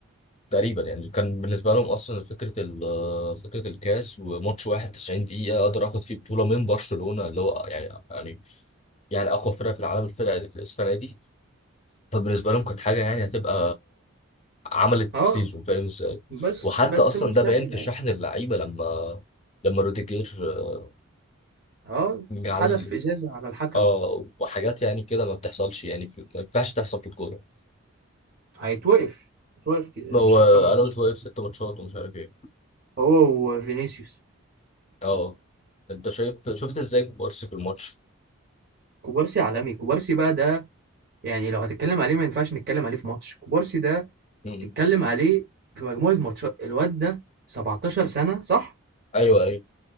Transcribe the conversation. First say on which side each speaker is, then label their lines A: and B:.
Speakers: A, on the left; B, on the right.
A: تقريبا يعني كان بالنسبه لهم اصلا فكره ال- آه، فكره الكاس وماتش واحد 90 دقيقه اقدر اخد فيه بطوله من برشلونه اللي هو يعني يعني يعني اقوى فرقه في العالم الفرقه السنه دي فبالنسبه لهم كانت حاجه يعني هتبقى عملت
B: اه
A: السيزون
B: اه
A: فاهم ازاي
B: بس
A: وحتى
B: بس
A: اصلا
B: مستحيل
A: ده باين في
B: يعني
A: شحن اللعيبه لما لما روديجير آه،
B: اه
A: جه
B: ده
A: عليه
B: حدف ازازة على الحكم
A: اه وحاجات يعني كده ما بتحصلش يعني في... ما ينفعش تحصل في الكوره
B: هيتوقف هيتوقف كده
A: ما
B: مش
A: هو
B: عارف كام ماتش
A: قلبت واقف ست ماتشات ومش عارف ايه
B: هو وفينيسيوس
A: اه انت شايف شفت ازاي كوبارسي في الماتش
B: كوبارسي عالمي كوبارسي بقى ده يعني لو هتتكلم عليه ما ينفعش نتكلم عليه في ماتش كوبارسي ده
A: مم.
B: تتكلم عليه في مجموعة ماتشات الواد ده 17 سنة صح؟
A: ايوه ايوه